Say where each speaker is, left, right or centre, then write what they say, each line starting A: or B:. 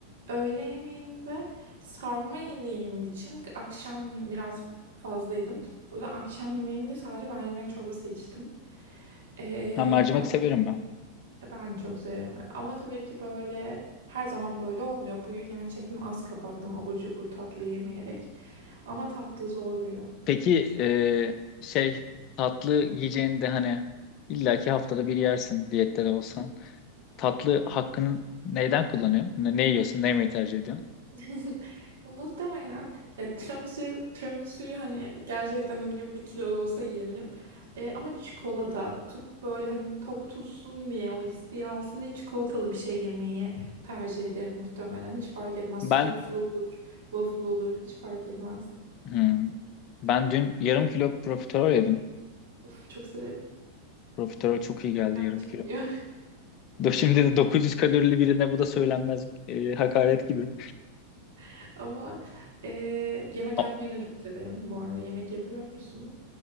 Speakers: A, on the right (about 65°); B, on the left (about 40°).
A: öğle yemeğinde sarma yediğim için akşam ye- biraz fazla yedim. O yüzden akşam yemeğinde sadece mercimek çorbası içtim. Ee,
B: Ha mercimek
A: ama t-
B: severim ben.
A: e, ben çok severim. Ama tabii ki böyle her zaman böyle olmuyor. Bugün gerçekten az kapattım abur cubur tatlı yemeyerek. Ama tatlı zorluyor.
B: Peki e, şey tatlı yiyeceğini de hani illaki haftada bir yersin diyette de olsan. Tatlı hakkını neyden kullanıyorsun? Ne, ne yiyorsun? Ne yemeyi tercih ediyorsun?
A: <laughs> Muhtemelen ya tiramisu tiramisu'yu hani gerçekten hani bir kilo da olsa yiyebilirim. E, ama çikolata tuk böyle hani tok tutsun diye o isteği alsın diye çikolatalı bir şey yemeyi tercih ederim muhtemelen. Hiç fark etmez.
B: Ben
A: Spoonful olur, waffle olur hiç fark etmez.
B: hmm, ben dün yarım kilo profiterol yedim.
A: Uf çok severim.
B: Profiterol çok iyi geldi
A: Kendim
B: yarım
A: çekmiyor.
B: kilo. Do- Şimdi de 900 kalorili birine bu da söylenmez e, hakaret gibi.
A: <laughs> Ama e, yemek
B: A-
A: yapmayı da çok severim bu arada. Yemek yapıyor musun?